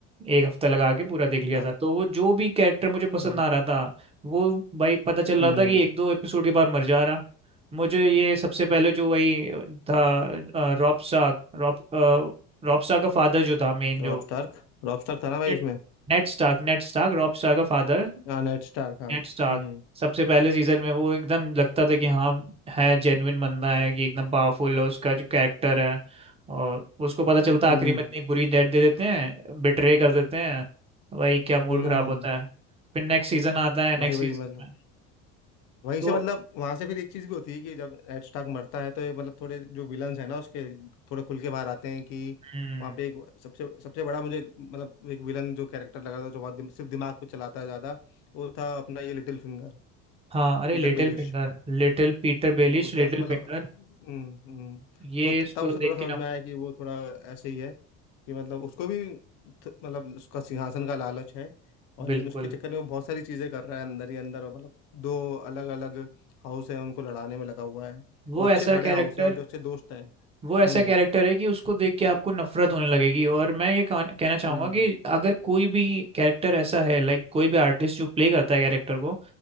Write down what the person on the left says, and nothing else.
अच्छा
हाँ,
हम्म
रॉब
स्टार्क रॉब स्टार्क था ना भाई
उसमें
हाँ नेड स्टार्क हाँ
हम्म
हम्म
हम्म
भाई वही
मतलब
वहीं
से मतलब वहां से फिर एक चीज भी होती है कि जब एड स्टार्क मरता है तो ये मतलब थोड़े जो विलन्स है ना उसके थोड़े खुल के बाहर आते हैं कि
वहाँ पे एक सबसे सबसे बड़ा मुझे मतलब एक विलन जो कैरेक्टर लगा था जो बहुत दिम, सिर्फ दिमाग पे चलाता है ज्यादा वो था अपना ये लिटिल फिंगर
पीटर
बेलिश
उसने
मतलब
हम्म हम्म,
तो त-
तब उसे
थोड़ा समझ
में आया कि वो थोड़ा ऐसे ही है कि मतलब उसको भी थ- मतलब उसका सिंहासन का लालच है और
लेकिन उसके चक्कर में वो बहुत सारी चीजें कर रहा है अंदर ही अंदर और मतलब दो अलग अलग हाउस है उनको लड़ाने में लगा हुआ है
वो अच्छे
बड़े
हाउस है और जो अच्छे दोस्त हैं
हम्म
हम्म